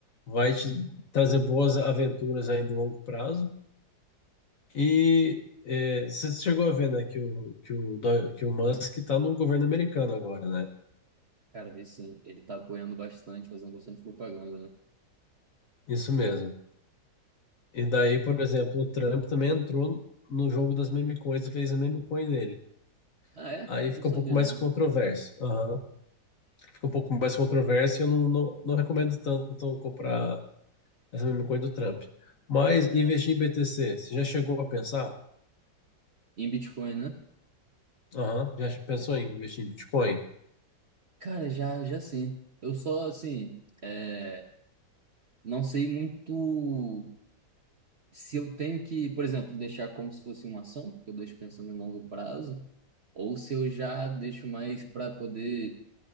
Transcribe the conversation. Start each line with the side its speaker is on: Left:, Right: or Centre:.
Left: vai te trazer boas aventuras aí no longo prazo. E é, você chegou a ver, né, que o, que o, Do- que o Musk está no governo americano agora, né?
Right: Cara, vi sim, ele tá apoiando bastante, fazendo bastante propaganda, né?
Left: Isso mesmo. E daí, por exemplo, o Trump também entrou no jogo das meme coins e fez a meme coin dele.
Right: Ah, é?
Left: Aí fica
Right: Não sabia,
Left: um pouco mais
Right: não.
Left: controverso. Aham. fica um pouco mais controverso e eu não, não, não recomendo tanto comprar essa mesma coisa do Trump. Mas investir
Right: É.
Left: em BTC, você já chegou a pensar?
Right: Em Bitcoin, né?
Left: Aham, já pensou em investir em Bitcoin?
Right: Cara, já, já sim. Eu só, assim, é, não sei muito se eu tenho que, por exemplo, deixar como se fosse uma ação, que eu deixo pensando em longo prazo, ou se eu já deixo mais para poder